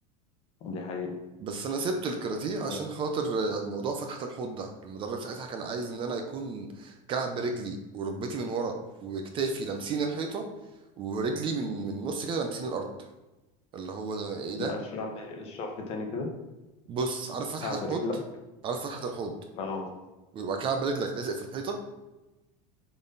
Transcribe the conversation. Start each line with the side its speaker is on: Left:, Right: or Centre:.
Left: دي حقيقة
Right: بس انا سبت الكاراتيه عشان
Left: آه.
Right: خاطر آه، الموضوع فتحة الحوض ده المدرب ساعتها كان عايز ان انا يكون كعب رجلي وركبتي من ورا وكتافي لامسين الحيطه ورجلي من من نص كده لامسين الارض اللي هو ده ايه ده
Left: لا اشرح لي اشرح لي تاني كده
Right: بص عارف فتحة
Left: قاعد
Right: الحوض
Left: رجلك
Right: عارف فتحة الحوض
Left: اه
Right: بيبقى كعب رجلك لازق في الحيطة